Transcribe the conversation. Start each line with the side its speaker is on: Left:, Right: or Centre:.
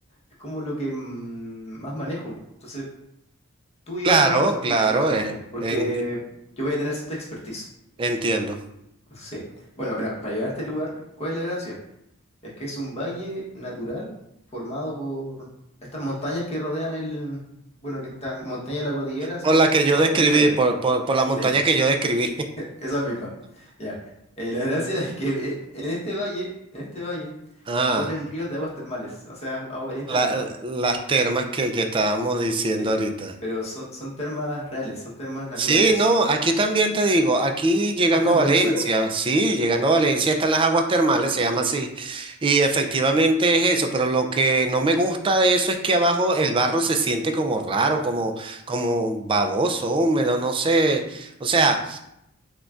Left: es como lo que mm, más manejo. Entonces, tú y
Right: Claro,
Left: yo la podemos pasar
Right: claro,
Left: bien si lo hacemos,
Right: eh,
Left: po, porque
Right: en-
Left: yo voy a tener cierta expertise.
Right: entiendo.
Left: Sí. Bueno, mira, para llegar a este lugar, ¿cuál es la gracia? Es que es un valle natural formado por estas montañas que rodean el, bueno, que estas montañas de la cordillera se
Right: Por la que yo
Left: forman
Right: describí,
Left: como un valle.
Right: por, por, por la montaña
Left: Sí,
Right: que yo describí.
Left: esa misma. Ya. Eh, la gracia es que eh, en este valle, en este valle
Right: <laughs>
Left: corren
Right: Ah.
Left: ríos de aguas termales, o sea, agua caliente
Right: la-
Left: natural.
Right: las termas que, que estábamos diciendo
Left: Sí.
Right: ahorita.
Left: Pero son, son termas reales, son termas naturales.
Right: Sí, no, aquí también te digo, aquí llegando
Left: Ah, ¿en
Right: a Valencia,
Left: Venezuela?
Right: sí, llegando a Valencia están las aguas termales, se llama así, y efectivamente es eso, pero lo que no me gusta de eso es que abajo el barro se siente como raro, como, como baboso, húmedo, no sé, o sea,